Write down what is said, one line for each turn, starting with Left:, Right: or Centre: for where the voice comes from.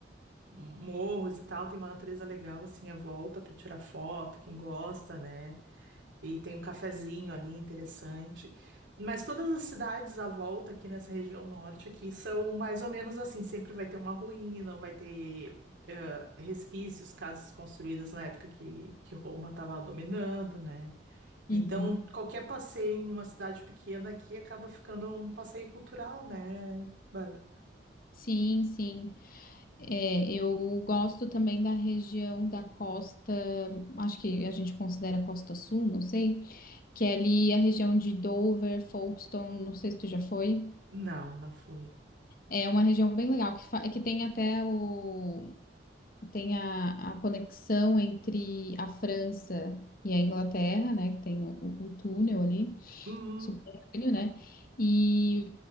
Right: morros e tal. Tem uma natureza legal, assim, à volta para tirar foto, quem gosta, né? E tem um cafezinho ali interessante. Mas todas as cidades à volta aqui nessa região norte aqui são mais ou menos assim, sempre vai ter uma ruína, vai ter eh, resquícios, casas construídas na época que, que Roma estava dominando, né? Então,
Left: Uhum.
Right: qualquer passeio em uma cidade pequena aqui acaba ficando um passeio cultural, né, Bárbara?
Left: Sim, sim. É, eu gosto também da região da costa, acho que a gente considera Costa Sul, não sei, que é ali a região de Dover, Folkestone, não sei se tu já foi.
Right: Não, não fui.
Left: É uma região bem legal, que, fa- é que tem até o tem a, a conexão entre a França e a Inglaterra, né? Que tem o, o- o túnel ali,
Right: Uhum,
Left: subterrâneo, né? E,